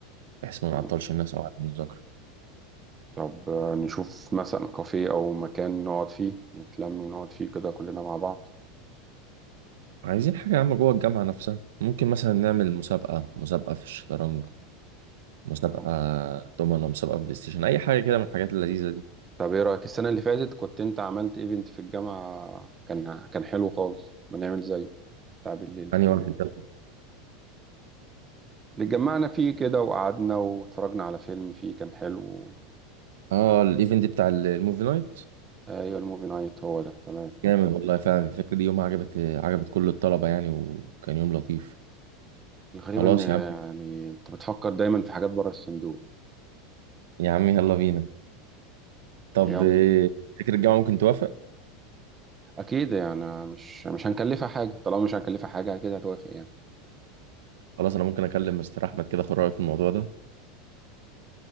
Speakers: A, on the right; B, on the right.
A: بحيث ما
B: مم.
A: نعطلش الناس أو عن المذاكرة
B: طب آه، نشوف مثلا كافيه أو مكان نقعد فيه نتلم ونقعد فيه كده كلنا مع بعض
A: عايزين حاجة يا عم جوه الجامعة نفسها ممكن مثلا نعمل مسابقة مسابقة في الشطرنج مسابقة
B: مم.
A: دومنة مسابقة بلاي ستيشن أي حاجة كده من الحاجات اللذيذة دي
B: طب ايه رأيك السنة اللي فاتت كنت انت عملت ايفنت في الجامعة كان كان حلو خالص ما نعمل زيه بتاع بالليل ده
A: يعني واحد ده
B: اللي اتجمعنا فيه كده وقعدنا واتفرجنا على فيلم فيه كان حلو
A: اه الايفنت بتاع ال- الموفي نايت
B: ايوه الموفي نايت هو ده تمام
A: جامد والله فعلا الفكرة دي يومها عجبت عجبت كل الطلبة يعني وكان يوم لطيف
B: الغريب
A: خلاص
B: ان يعني
A: يا عم
B: انت بتفكر دايما في حاجات بره الصندوق
A: يا عم يلا بينا طب
B: يلا
A: إيه، فكرة الجامعة ممكن توافق
B: اكيد يعني مش مش هنكلفها حاجه طالما مش هنكلفها حاجه اكيد هتوافق يعني
A: خلاص انا ممكن اكلم مستر احمد كده اخد رايه في الموضوع ده